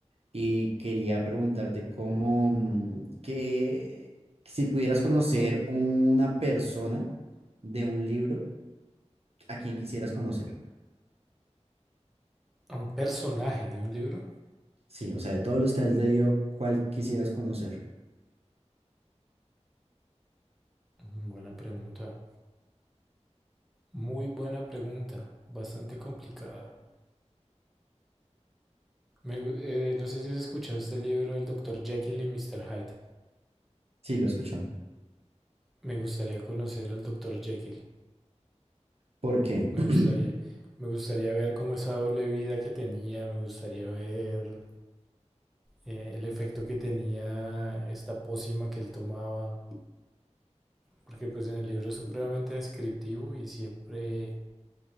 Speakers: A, on the right (about 55°); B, in the centre.
A: y quería preguntarte cómo, mm, que si pudieras conocer una persona de un libro, ¿a quién quisieras conocer?
B: ¿A un personaje de un libro?
A: Sí, o sea, de todos los que has leído, ¿cuál quisieras conocer?
B: Mm, Buena pregunta. Muy buena pregunta, bastante complicada. Me gu- eh, no sé si has escuchado este libro del doctor Jekyll y Mr. Hyde.
A: Sí, lo escucho.
B: Me gustaría conocer al doctor Jekyll.
A: ¿Por qué?
B: Me
A: <clears throat>
B: gustaría. Me gustaría ver cómo esa doble vida que tenía. Me gustaría ver eh, el efecto que tenía esta pócima que él tomaba. Porque pues en el libro es supremamente descriptivo y siempre